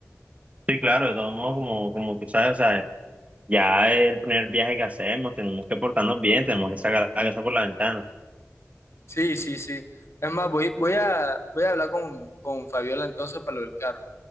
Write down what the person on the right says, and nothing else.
Sí, claro, de todos modos como, como tú sabes, o sea, ya es el primer viaje que hacemos, tenemos que portarnos bien, tenemos que sacar la casa por la ventana.